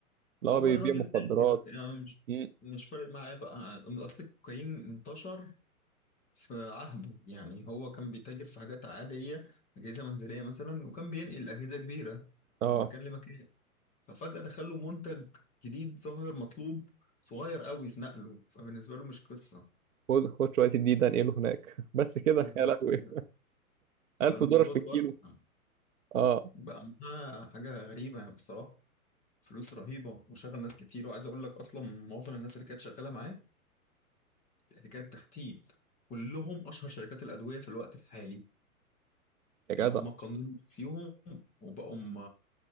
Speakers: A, on the right; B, on the left.
A: اللي
B: هو
A: هو بيبيع
B: الراجل
A: مخدرات
B: تاجر يعني مش
A: امم
B: مش فارق معاه بقى اصل الكوكايين انتشر في عهده يعني هو كان بيتاجر في حاجات عادية أجهزة منزلية مثلا وكان بينقل أجهزة كبيرة
A: اه
B: من مكان لمكان ففجأة دخل له منتج جديد ظاهر مطلوب صغير قوي في نقله فبالنسبة له مش قصة
A: خد خد شويه الدين ده انقله هناك <laughs> بس كده
B: بالظبط
A: يا لهوي
B: كده
A: 1000
B: فالموضوع
A: دولار في
B: اتوسع
A: الكيلو اه
B: بقى معاه حاجة غريبة بصراحة فلوس رهيبة وشغل ناس كتير وعايز أقول لك أصلا معظم الناس اللي كانت شغالة معاه اللي كانت تحتيه كلهم اشهر شركات الادويه في الوقت الحالي
A: يا جدع
B: اللي هم قانون نفسيهم وبقوا هم